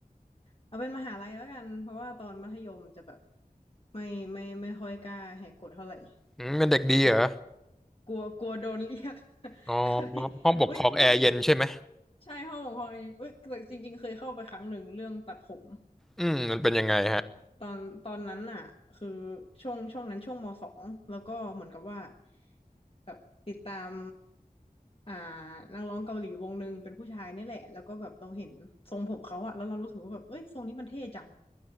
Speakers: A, on the left; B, in the centre.
A: เอาเป็นมหาลัยแล้วกันเพราะว่าตอนมัธยมจะแบบไม่ไม่ไม่ค่อยกล้าแหกกฎเท่าไหร่
B: อืมเป็นเด็กดีเหรอ
A: กลัวกลัวกลัวโดนเรียก <laughs>
B: อ๋อ
A: เคยอุ้ยถ้าเป็น
B: ห้องปกครองแอร์เย็นใช่ไหม
A: ชายห้องของพลอยอุ้ยแต่จริงๆเคยเข้าไปครั้งหนึ่งเรื่องตัดผม
B: อืมมันเป็นยังไงฮะ
A: แบบตอนตอนนั้นอ่ะคือช่วงช่วงนั้นช่วงมสองแล้วก็เหมือนกับว่าแบบติดตามอ่านักร้องเกาหลีวงหนึ่งเป็นผู้ชายนี่แหละแล้วก็แบบเราเห็นทรงผมเขาอะแล้วเรารู้สึกว่าแบบเอ้ยทรงนี้มันเท่จัง